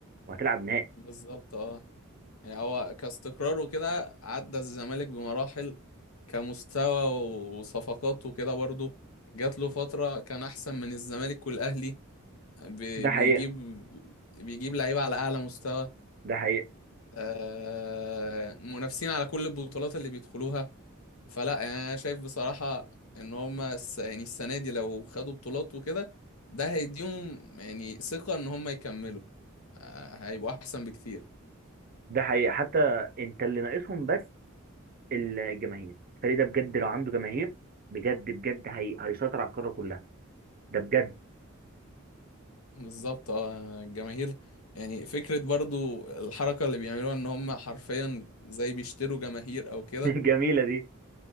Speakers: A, on the right; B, on the left.
A: وهتلعب نهائي
B: بالظبط اه يعني هو كاستقرار وكده عدى الزمالك بمراحل كمستوى وصفقات وكده برضو جات له فترة كان أحسن من الزمالك والأهلي بي-
A: ده
B: بيجيب
A: حقيقة
B: بيجيب لعيبة على أعلى مستوى
A: ده حقيقة
B: آه، منافسين على كل البطولات اللي بيدخلوها فلا يعني أنا شايف بصراحة إن هما الس- يعني السنة دي لو خدوا بطولات وكده ده هيديهم يعني ثقة إن هما يكملوا آه، هيبقوا أحسن بكتير
A: ده حقيقة حتى انت اللي ناقصهم بس الجماهير الفريق ده بجد لو عنده جماهير بجد بجد هي... هيسيطر على القارة كلها ده بجد
B: بالظبط اه الجماهير يعني فكرة برضو الحركة اللي بيعملوها ان هم حرفيا زي بيشتروا جماهير او كده
A: <laughs> جميلة دي